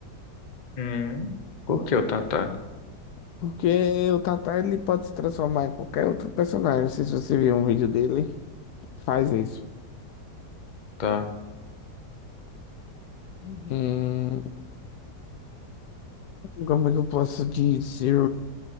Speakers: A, on the left; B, on the left.
A: Hum, por que o Tata?
B: Porque o Tata ele pode se transformar em qualquer outro personagem. Não sei se você viu um vídeo dele, faz isso.
A: Tá
B: Hum, como é que eu posso dizer?